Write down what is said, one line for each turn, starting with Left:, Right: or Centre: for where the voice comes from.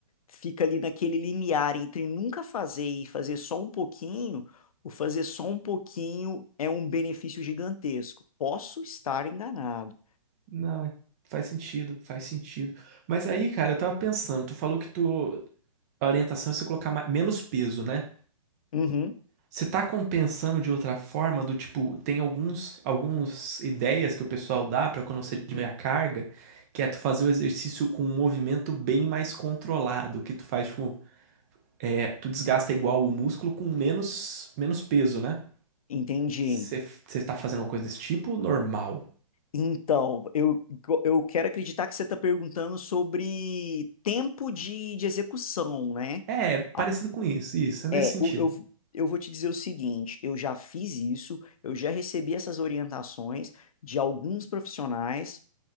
Left: fica ali naquele limiar entre nunca fazer e fazer só um pouquinho, o fazer só um pouquinho é um benefício gigantesco. Posso estar enganado.
Right: Não, faz sentido, faz sentido. Mas aí, cara, eu tava pensando, tu falou que tu, a orientação é você colocar ma- menos peso, né?
Left: Uhum,
Right: Você tá compensando de outra forma, do tipo, tem alguns, algumas ideias que o pessoal dá pra quando você diminui a carga, que é tu fazer o exercício com um movimento bem mais controlado, que tu faz, tipo, é, tu desgasta igual o músculo com menos, menos peso, né?
Left: entendi.
Right: Você você tá fazendo uma coisa desse tipo, normal.
Left: Então, eu, eu quero acreditar que você está perguntando sobre tempo de, de execução, né?
Right: É, parecido
Left: Ah,
Right: com isso, isso, é nesse
Left: É,
Right: sentido.
Left: o- eu, eu vou te dizer o seguinte: eu já fiz isso, eu já recebi essas orientações de alguns profissionais